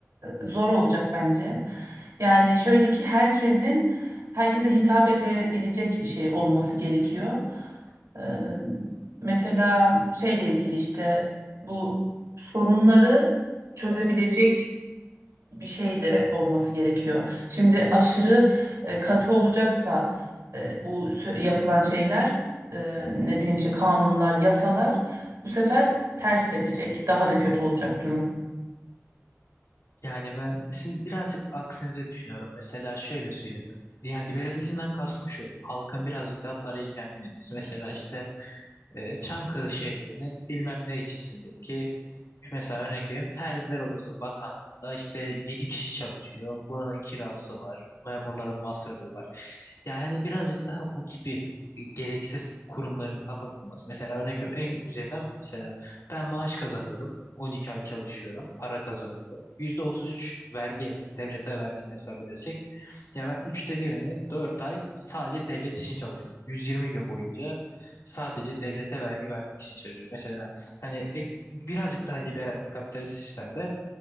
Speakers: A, on the right; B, on the left.
A: e, zor olacak bence. Yani şöyle ki herkesin herkese hitap edebilecek bir şey olması gerekiyor. Eee, mesela şeyle ilgili işte bu sorunları çözebilecek bir şey de olması gerekiyor. Şimdi aşırı e, katı olacaksa e, bu sö- yapılan şeyler e, ne bileyim işte kanunlar, yasalar bu sefer ters tepecek. Daha da kötü olacak durum.
B: Yani ben sizin birazcık aksinize düşünüyorum. Mesela şöyle söyleyeyim. Yani liberalizmden kastım şu. Halkın birazcık daha parayı kendine. Mesela işte e, Çankırı şehrinin bilmem ne ilçesindeki Mesela örnek vereyim Terziler Odası Bakanlığı'nda işte 7 kişi çalışıyor. Buranın kirası var. Memurların masrafı var. Yani hani birazcık daha bu gibi e, gereksiz kurumların kapatılması. Mesela örnek veriyorum en güzelinden mesela ben maaş kazanıyorum. 12 ay çalışıyorum. Para kazanıyorum. yüzde otuz üç vergi devlete verdiğimi hesap edersek. Yani ben üçte birini dört ay sadece devlet için çalışıyorum. 120 gün boyunca sadece devlete vergi vermek için çalışıyorum. Mesela hani ek- birazcık daha liberal kapitalist sistemde